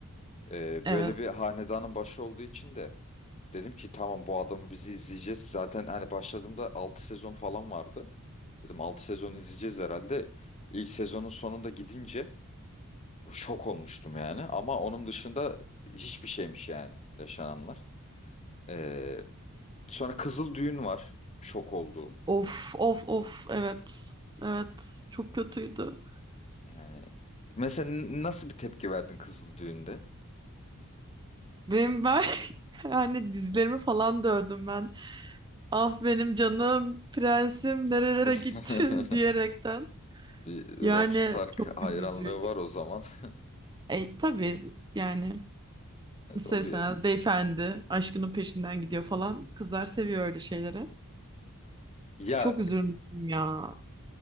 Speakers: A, on the left; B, on the right.
A: Ee,
B: evet
A: böyle bir hanedanın başı olduğu için de dedim ki tamam bu adamı bizi izleyeceğiz. Zaten hani başladığımda 6 sezon falan vardı. Dedim 6 sezon izleyeceğiz herhalde. İlk sezonun sonunda gidince şok olmuştum yani. Ama onun dışında hiçbir şeymiş yani yaşananlar. Ee, sonra Kızıl Düğün var. Şok olduğum.
B: of of of evet evet çok kötüydü.
A: Yani mesela n- nasıl bir tepki verdin Kızıl Düğün'de?
B: Benim ben <laughs> yani dizlerimi falan dövdüm ben. Ah benim canım prensim nerelere
A: <laughs>
B: gittin <laughs> diyerekten.
A: Bir Rob
B: Yani
A: Stark
B: çok
A: hayranlığı
B: üzücüydü.
A: var o zaman. <laughs>
B: E tabii yani
A: Evet,
B: isterseniz
A: oluyor.
B: beyefendi aşkının peşinden gidiyor falan. Kızlar seviyor öyle şeyleri.
A: Ya
B: Çok üzülmüştüm ya.